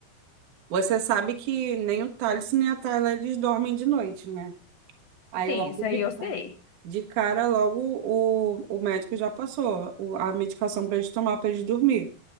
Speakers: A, on the right; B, on the left.
A: você sabe que nem o Thales nem a Tayla eles dormem de noite, né? Aí
B: Sim,
A: logo
B: isso
A: de,
B: aí eu sei.
A: de cara, logo o, o médico já passou o- a medicação para eles tomar para eles dormir.